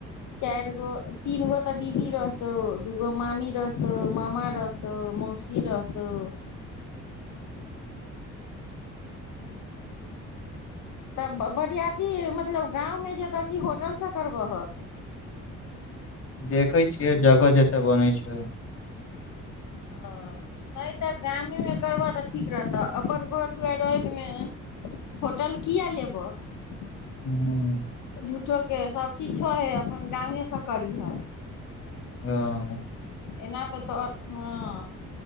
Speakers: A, on the left (about 75°); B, on the left (about 50°).
A: चारि गो तीन गो ते दीदी रहतौ दूगो मामी रहतौ मामा रहतौ मौ सी रहताे। तऽ बरियतीी मतलब गाँवमे जतऽ कि होटल सँ करबहक।
B: देखई छियै जगह जतय बनै छै।
A: ओ नहि तऽ गामेमे करबह तऽ ठीक रहतऽ अपन घर दुआरि रातिमे होटल किए लेबह।
B: ह्म्म
A: झूठो के सब चीज छ हे अपन गावे स करिह।
B: ह।
A: एना तऽ तो हँ।